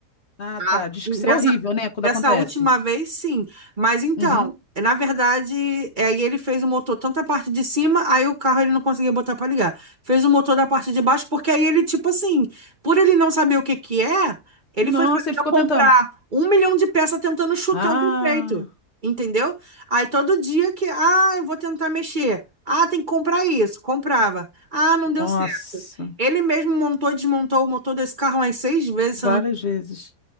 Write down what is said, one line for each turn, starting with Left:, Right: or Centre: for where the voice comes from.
Left: Ah,
Right: Ah,
Left: tá. Diz que isso
Right: Dessa,
Left: é horrível, né? Quando
Right: dessa
Left: acontece.
Right: última vez, sim. Mas então,
Left: Uhum.
Right: na verdade, é, aí ele fez o motor tanto a parte de cima, aí o carro ele não conseguia botar para ligar. Fez o motor da parte de baixo, porque aí ele, tipo assim, por ele não saber o que que é, ele
Left: Nossa,
Right: foi fazer
Left: ele ficou
Right: eu comprar
Left: tentando.
Right: um milhão de peças tentando chutar
Left: Ah,
Right: o defeito. Entendeu? Aí todo dia que, ah, eu vou tentar mexer. Ah, tem que comprar isso. Comprava. Ah, não deu
Left: nossa.
Right: certo. Ele mesmo montou e desmontou o motor desse carro umas seis vezes,
Left: Várias
Right: se eu não
Left: vezes.